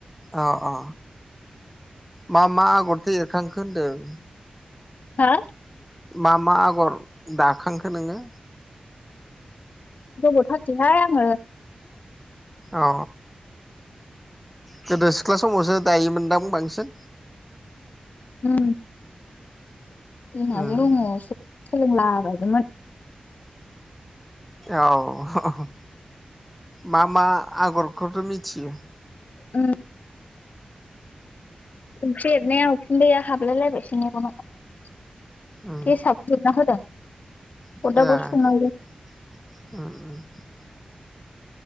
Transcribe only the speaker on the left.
हा
गोबावथारसैहाय आङो
उम <unintelligible>
उम बेरनाया उखुन्दैया हाबलायलायबायसो मेगनाव
गेसाबो जोबना होदों
अरदाबाव संनांगौ